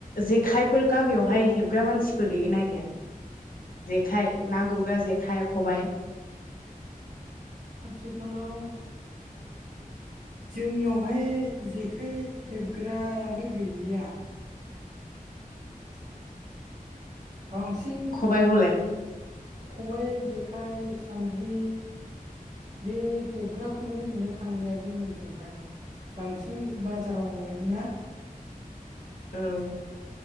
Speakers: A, on the left; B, on the right.
A: जेखायफोर गामियावहाय हेब ग्रा मानसिफोर गैयोना गैया? जेखाय ना गुर ग्रा जेखाइ खबाइ।
B: आथिखालाव जोंनियावहाय जेखाइ हेबग्रायानो गैलिया। <inaudible> बांसिन
A: खबाइ हलाय
B: खबाइ जेखाइ सानद्रि। बे हेबग्राखौनो नुनो थांलिया जोंनि जोंहाय बांसिन बाजाराव मोनोना <unintelligible>
A: औ